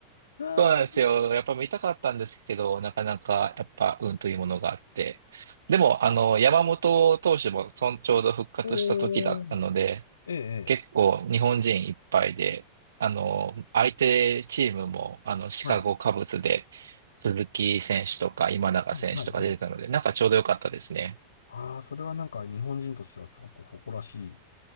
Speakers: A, on the left; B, on the right.
A: あー
B: そうなんですよ。やっぱ見たかったんですけど、なかなか、やっぱ、運というものがあって。でも、あの、山本投手も、そんちょうど復活した時だったので、
A: おー、ええ、ええ。
B: 結構日本人いっぱいで、あの、相手チームも、あの、シカゴカブスで、
A: はい、は
B: 鈴木選手とか今永選手とか出てたので、
A: い、はい。はい
B: なんかちょうどよかったですね。
A: ああ、それはなんか日本人としてはすごく誇らしい